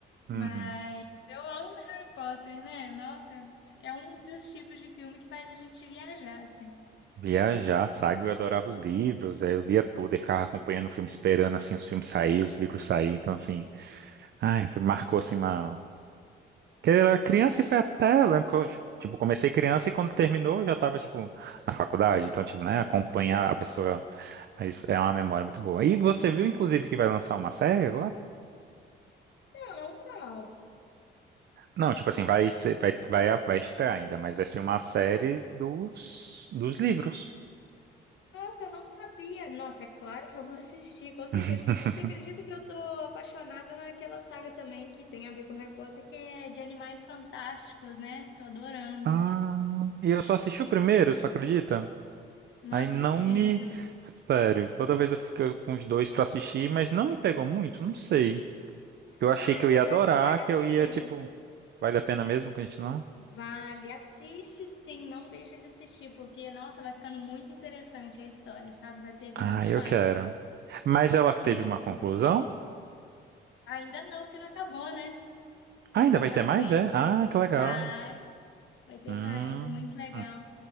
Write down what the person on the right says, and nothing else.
Uhum.
Viajar, saga, eu adorava os livros, aí eu lia tudo e ficava acompanhando o filme, esperando assim os filmes saírem, os livros saírem, então assim, ai, marcou assim uma. Porque eu era criança e foi até, eu lembro que eu, tipo, comecei criança e quando terminou eu já tava, tipo, na faculdade, então, tipo, né, acompanhar a pessoa, aí isso é uma memória muito boa. E você viu, inclusive, que vai lançar uma série
Não, tipo assim, vai ser, vai, vai, vai estrear ainda, mas vai ser uma série dos, dos livros.
<laughs>
Ah, e eu só assisti o primeiro, tu acredita?
Aí
não me. Sério, toda vez eu fico com os dois pra assistir, mas não me pegou muito, não sei. Eu achei
que eu
ia adorar,
que eu
ia, tipo, vale a pena mesmo continuar?
Ah,
eu quero. Mas ela teve
uma
conclusão?
Ah,
ainda vai
ter mais, é? Ah, que legal.
Hum.